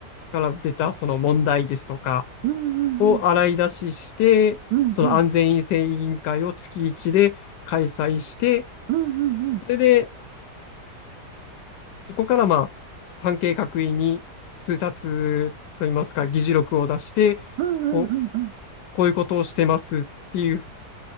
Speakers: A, on the left; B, on the right.
A: から出たその問題ですとか
B: うん、うん、
A: を洗い出しして、
B: うん、うん、
A: その安全衛生委員会を月一で開催して、
B: うん、うん、うん、うん、
A: それでそこからまあ、関係各位に通達といいますか、議事録を出して、
B: うん、うん、
A: こう、
B: うん、
A: こういうことをしてますっていう